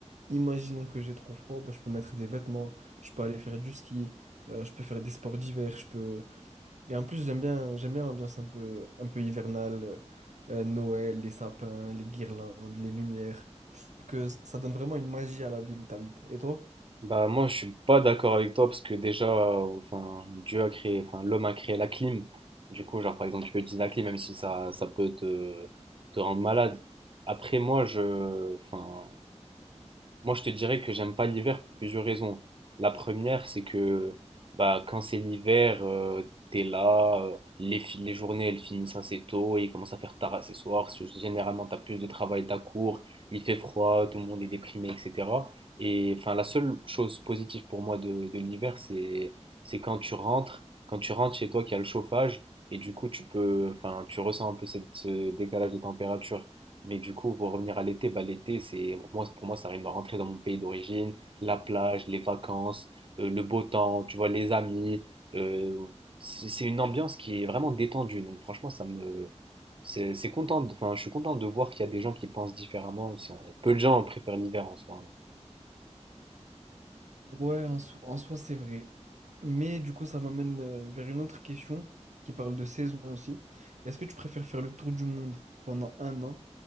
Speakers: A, on the right; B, on the right.
A: imaginons que j'ai trop froid, bah, je peux mettre des vêtements, je peux aller faire du ski, euh, je peux faire des sports d'hiver, je peux. Et en plus, j'aime bien, j'aime bien l'ambiance un peu, un peu hivernale, euh, euh, Noël, les sapins, les guirlandes, les lumières. Je trouve que ça donne vraiment une magie à la ville où tu habites. Et toi?
B: Bah moi je suis pas d'accord avec toi parce que déjà euh, enfin Dieu a créé enfin l'homme a créé la clim. Du coup genre par exemple tu peux utiliser la clim même si ça, ça peut te, te rendre malade. Après moi je enfin moi, je te dirais que j'aime pas l'hiver pour plusieurs raisons. La première, c'est que bah, quand c'est l'hiver, euh, t'es là, euh, les, fi- les journées elles finissent assez tôt et il commence à faire tard assez soir. s- Généralement, t'as plus de travail, t'as cours, il fait froid, tout le monde est déprimé, etc. Et enfin, la seule chose positive pour moi de, de l'hiver, c'est c'est quand tu rentres, quand tu rentres chez toi, qu'il y a le chauffage et du coup, tu peux, enfin, tu ressens un peu cette, ce décalage de température. Mais du coup, pour revenir à l'été, bah, l'été, c'est pour moi, pour moi, ça arrive à rentrer dans mon pays d'origine, la plage, les vacances, euh, le beau temps, tu vois, les amis. euh, c'est c'est une ambiance qui est vraiment détendue. Donc franchement, ça me, c'est c'est content. de- Enfin, je suis content de voir qu'il y a des gens qui pensent différemment. C'est- Peu de gens préfèrent l'hiver en soi. hein.
A: Ouais, en, so- en soi, c'est vrai. Mais du coup, ça m'amène euh, vers une autre question qui parle de saison aussi. Est-ce que tu préfères faire le tour du monde pendant un an